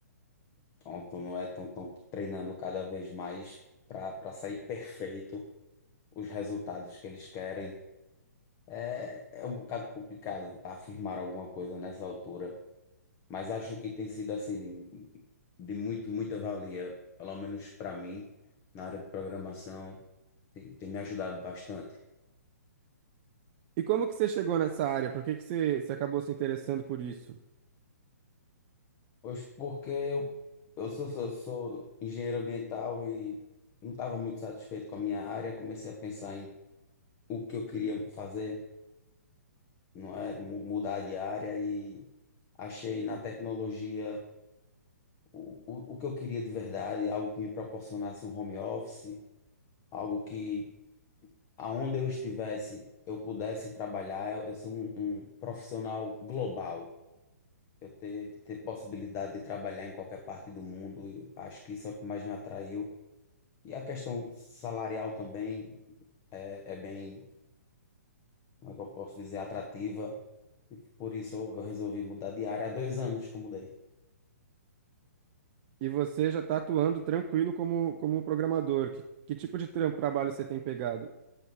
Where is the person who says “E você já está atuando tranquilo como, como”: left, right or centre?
Right